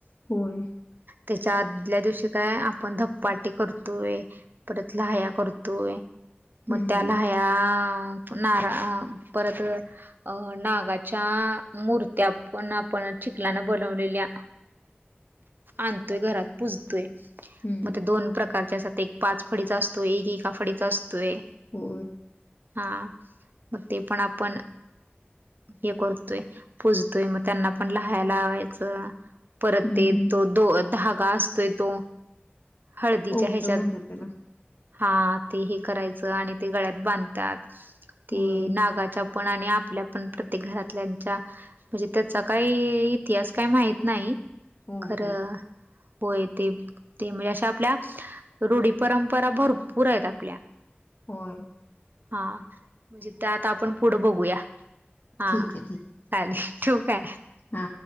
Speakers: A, on the left (about 50°); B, on the right (about 55°).
A: होय.
B: त्याच्या आदल्या दिवशी काय आपण धपपाटी करतोय. परत लया करतोय. मग
A: हं.
B: त्याला्या नारा परत अ नागाच्या मूर्त्या पण आपण चिखलान बनवलेल्या. आणतोय घरात पुूजतोय
A: हं.
B: मग ते दोन प्रकारच्या असात एक पाच फळीडीचा असतोय एक एका फडीचा असतोय.
A: हो.
B: हा मग ते पण आपण हे करतोय पोजतोय मग त्यांना पण लहायला लावायचं. परत
A: हं,
B: ते
A: हं.
B: तो दो धागा असतोय तो हळदीच्या
A: पौतं
B: ह्याच्यात
A: म्हणतात त्याला.
B: हा ते हे करायचं आणि ते गळ्यात बांधतात ते
A: होय.
B: नागाच्या आपण आणि आपल्या पण प्रत्येक घरातल्याच्या म्हणजे त्याचा काही इतिहास काय माहित नाही.
A: हो,
B: खरं
A: हो.
B: होय ते ते म्हणजे आपल्या रूढी परंपरा भरपूर आहेत आपल्या
A: होय.
B: हा म्हणजे ते आता आपण पुढं बघूया हा.
A: ठीक
B: हा ठेऊ का?
A: हा.